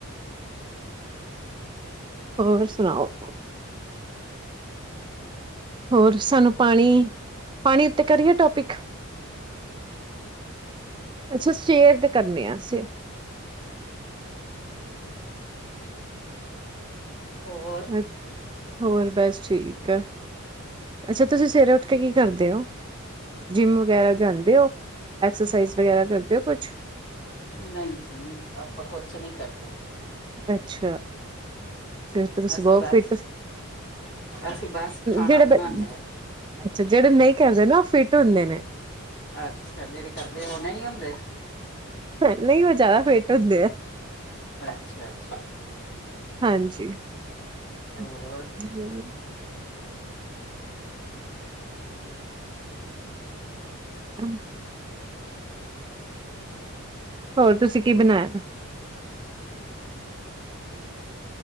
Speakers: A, on the right; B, on the left.
A: ਹੋਰ ਸੁਣਾਓ? ਹੋਰ ਸਾਨੂੰ ਪਾਣੀ। ਪਾਣੀ ਉੱਤੇ ਕਰੀਏ -ਟੋਪਿਕ? ਅੱਛਾ ਸਵੇਰ ਤੇ ਕਰਨੇ ਆ ਅਸੀਂ।
B: ਹੋਰ
A: ਅੱਛਾ ਹੋਰ ਬਸ ਠੀਕ। ਕਾ ਅੱਛਾ! ਤੁਸੀਂ ਸਵੇਰੇ ਉਠ ਕੇ ਕੀ ਕਰਦੇ ਓ? ਜਿੰਮ ਵਗੈਰਾ ਜਾਂਦੇ ਓ? ਐਕਸਰਸਾਈਜ਼ ਵਗੈਰਾ ਕਰਦੇ ਓ ਕੁਛ?
B: ਨਹੀਂ ਜੀ ਆਪਾਂ ਕੁਛ ਨਹੀਂ ਕਰਦੇ
A: ਅੱਛਾ ਫਿਰ ਤੇ ਤੁਸੀਂ
B: ਅਸੀਂ
A: ਬਹੁਤ
B: ਬਸ
A: ਫਿਟ।
B: ਅਸੀਂ ਬਸ ਖਾਣਾ
A: ਜੇੜੇ
B: ਬਣਾਉਦੇ
A: -ਅੱਛਾ ਜਿਹੜੇ ਨਹੀਂ ਕਰਦੇ ਨਾ। ਫਿੱਟ ਹੁੰਦੇ ਨੇ।
B: ਅੱਛਾ ਜ ਜਿਹੜੇ ਕਰਦੇ ਉਹ ਨਹੀਂ ਹੁੰਦੇ?
A: ਨਹੀਂ, ਉਹ ਜ਼ਾਦਾ ਫਿੱਟ ਹੁੰਦੇ ਆ।
B: ਅੱਛਾ ਅੱਛਾ
A: ਹਾਂਜੀ
B: ਹੋਰ
A: <unintelligible> <inaudible> ਹੋਰ ਤੁਸੀਂ ਕੀ ਬਣਾਇਆ?